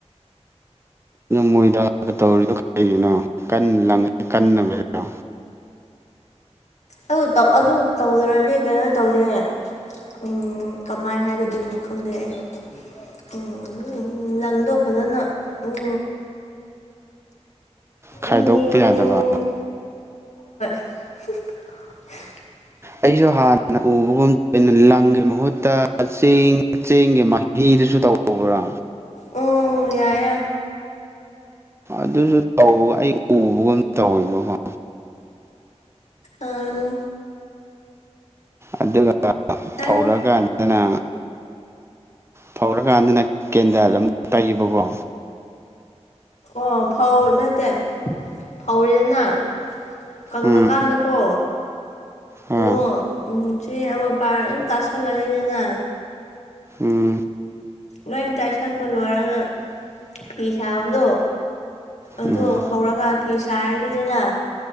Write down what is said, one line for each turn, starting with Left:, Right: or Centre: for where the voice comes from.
Right: ꯃꯣꯏꯗꯥ ꯒꯥ ꯇꯧꯔꯤꯗꯣ ꯀꯩꯒꯤꯅꯣ ꯀꯟ ꯂꯪ ꯀꯟꯅꯕꯩꯔꯣ
Left: ꯑꯗꯨ ꯇꯧ ꯑꯗꯨ ꯇꯧꯖꯔꯗꯤ ꯀꯩꯅꯣ ꯇꯧꯗꯦ ꯎꯝ ꯀꯃꯥꯏ ꯍꯥꯏꯒꯗꯣꯏꯅꯣ ꯈꯪꯗꯦ ꯑꯩ ꯎꯝ ꯂꯪꯗꯣ ꯐꯖꯅꯥ ꯎꯝ
Right: ꯈꯥꯏꯗꯣꯛꯄ
Left: ꯎꯝ
Right: ꯌꯥꯗꯕ
Left: <inaudible>
Right: ꯑꯩꯁꯨ ꯍꯥꯟꯅ ꯎꯕꯒꯨꯝ ꯂꯪꯒꯤ ꯃꯍꯨꯠꯇ ꯆꯦꯡ ꯆꯦꯡꯒꯤ ꯃꯍꯤꯗꯨꯁꯨ ꯇꯧꯕ꯭ꯔꯥ
Left: ꯎꯝ ꯌꯥꯏꯌ‌ꯦ
Right: ꯑꯗꯨꯁꯨ ꯇꯧꯒ ꯑꯩ ꯎꯕꯒꯨꯝ ꯇꯧꯋꯦꯕꯀꯣ
Left: ꯑꯥ
Right: ꯑꯗꯨꯒ
Left: ꯅꯪ
Right: ꯐꯧꯔꯛꯑꯀꯥꯟꯗꯅꯥ ꯐꯧꯔꯀꯥꯟꯗꯅꯥ ꯀꯦꯟꯗꯜ ꯑꯃꯨꯛ ꯇꯩꯕꯀꯣ
Left: ꯑꯣ ꯐꯧ ꯅꯠꯇꯦ ꯐꯧꯔꯦꯗꯅ ꯀꯪꯉꯀꯥꯟꯗꯀꯣ
Right: ꯎꯝ ꯑꯥ
Left: <unintelligible> ꯆꯦ ꯑꯃ ꯄꯥꯏ ꯑꯗꯨꯝ ꯇꯥꯁꯜꯂꯅꯤꯗꯅꯥ
Right: ꯎꯝ
Left: ꯂꯣꯏꯅꯇꯥꯏꯁꯟꯕ ꯂꯣꯏꯔꯒ ꯐꯤ ꯁꯥꯕꯗꯣ ꯑꯗꯨ
Right: ꯎꯝ
Left: ꯍꯧꯔꯒ ꯐꯤ ꯁꯥꯔꯅꯤꯗꯅ